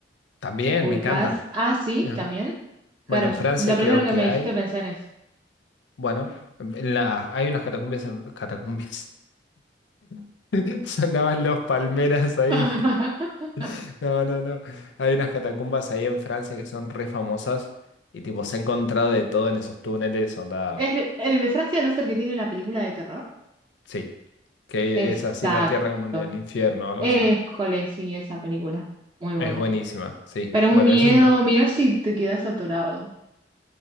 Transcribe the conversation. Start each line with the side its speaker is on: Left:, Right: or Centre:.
Left: También
Right: ubicadas.
Left: me encantan.
Right: Ah, sí,
Left: Eh,
Right: también. Claro,
Left: Bueno, en
Right: yo-
Left: Francia
Right: lo primero
Left: creo
Right: que
Left: que
Right: me dijiste
Left: hay.
Right: pensé en eso.
Left: Bueno, en la- hay unas catacumbas, en- catacumbias. <laughs> Sonaban los palmeras ahí.
Right: <laughs>
Left: <laughs> No, no, no. Hay unas catacumbas ahí en Francia que son re famosas y tipo se ha encontrado de todo en esos túneles, onda,
Right: ¿El, el de Francia no es el que tiene la película de terror?
Left: sí, que
Right: Exacto.
Left: es así en la tierra como en el infierno, o algo
Right: École,
Left: así.
Right: sí, esa película. Muy buena.
Left: Es buenísima, sí.
Right: Pero un
Left: Bueno,
Right: miedo,
Left: esa es una...
Right: mira si te quedas atorado